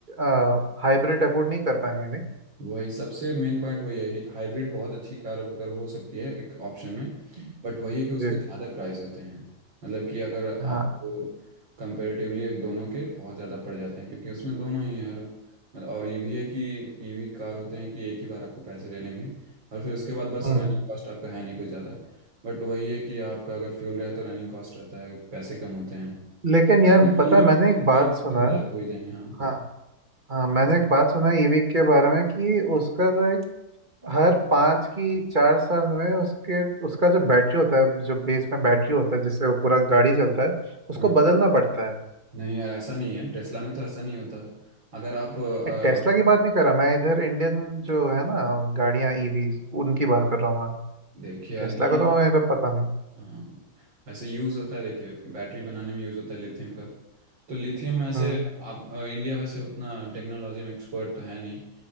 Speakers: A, on the right (about 25°); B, on the right (about 80°).
A: हाइब्रिड अफोर्ड नहीं कर पाएंगे नहीं
B: वही सबसे मेन पॉइंट वही है हाइब्रिड बहुत अच्छी कार अगर हो सकती है एक ऑप्शन में
A: जी
B: बट वही है कि उसके
A: जी,
B: ज़्यादा प्राइस होते हैं मतलब कि अगर
A: हाँ
B: आपको कंपेरेटिवली दोनों के बहुत ज़्यादा पड़ जाते हैं क्योंकि उसमें दोनों ही यार मतलब और ईवी है कि ईवी कार होते हैं कि एक ही बार आपको पैसे ले लेंगे और फिर उसके बाद बस
A: हम्म
B: रनिंग कॉस्ट आपका है नहीं कुछ ज़्यादा बट वही है कि आपका अगर फ्यूल रहे तो रनिंग कॉस्ट रहता है पैसे कम होते हैं
A: लेकिन
B: और
A: यार
B: दोनों
A: पता है
B: mix
A: मैंने
B: करके
A: एक बात
B: भाई पैसे
A: सुना
B: तो
A: है
B: ज़्यादा हो ही जाएंगे हाँ
A: हाँ हाँ मैंने एक बात सुना है ईवी के बारे में कि उसका लाइक हर पाँच की चार साल में उसके उसका जो बैटरी होता है जो बेस में बैटरी होता है जिससे वो पूरा गाड़ी चलता है उसको
B: हाँ।
A: बदलना पड़ता है
B: नहीं यार ऐसा नहीं है टेस्ला में तो ऐसा नहीं होता अगर आप अ,
A: टेस्ला की बात नहीं कर रहा मैं इधर इंडियन जो है ना गाड़ियां ईवी उनकी बात कर रहा हूँ मैं
B: देखिए यार
A: टेस्ला
B: ये
A: का तो मेरा पता नहीं
B: हाँ, वैसे यूज़ होता है देखिए बैटरी बनाने में यूज़ होता है लिथियम का तो लिथियम ऐसे
A: हम्म
B: आप अ, इंडिया वैसे उतना टेक्नोलॉजी में एक्सपर्ट तो है नहीं